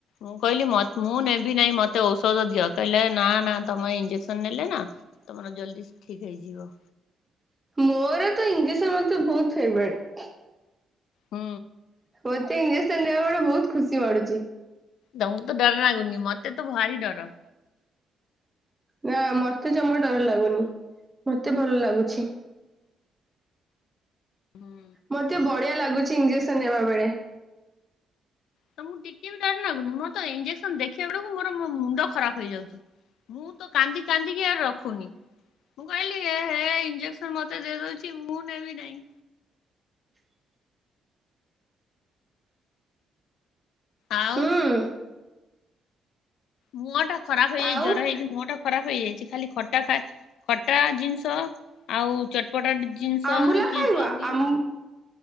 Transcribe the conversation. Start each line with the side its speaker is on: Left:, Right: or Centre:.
Left: ମୁଁ କହିଲି ମ ମୁଁ ନେବି ନାହିଁ ମତେ ଔଷଧ ଦିଅ। କହିଲେ ନା ନା ତମେ ଇଞ୍ଜେକ୍ସନ ନେଲେ ନା ତମର ଜଲଦି ଠିକ ହେଇଯିବ।
Right: ମୋର ତ ଇଞ୍ଜେକସନ ମତେ ବହୁତ ଫେବରେଟ।
Left: ହୁଁ।
Right: ମୋତେ ଇଂଜସ ନେବା ବେଳେ ବହୁତ ଖୁସି ମାଡୁଛି।
Left: ତମକୁ ତ ଡର ଲାଗୁନି ମତେ ତ ଭାରି ଡର।
Right: ନା ମତେ ଜମା ଡର ଲାଗୁନି ମତେ ଭଲ ଲାଗୁଛି।
Left: ହୁଁ।
Right: ମତେ ବଢିଆ ଲାଗୁଛି ଇଂଜେକ୍ସନ ନେବା ବେଳେ।
Left: ତମକୁ ଟିକେ ବି ଡର ଲାଗୁନି। ମୋର ତ ଇଞ୍ଜେକ୍ସନ ଦେଖିବା ବେଳକୁ ମୋର ମୋ ମୁଣ୍ଡ ଖରାପ ହେଇଯାଉଛି। ମୁଁ ତ କାନ୍ଦି କାନ୍ଦିକି ଆ ରଖୁନି। ମୁଁ କହିଲି ହେ ହେ ଇଞ୍ଜେସନ ମତେ ଦେଇଦଉଛି ମୁଁ ନେବି ନାହିଁ।
Right: <inaudible>
Left: ଆଉ।
Right: ହୁଁ।
Left: ମୁହଁ ଟା ଖରାପ ହେଇଯାଇଛି!
Right: ଆଉ
Left: ଜ୍ୱର ହେଇଛି ମୁହଁ ଟା ଖରାପ ହେଇଯାଇଛି। ଖାଲି ଖଟା ଖ ଖଟା ଜିନିଷ ଆଉ ପଟାଟ ଜିନିଷ
Right: ଆମ୍ବୁଲ ଖାଇବ
Left: କି ଚାଉମିନ।
Right: ଆମ୍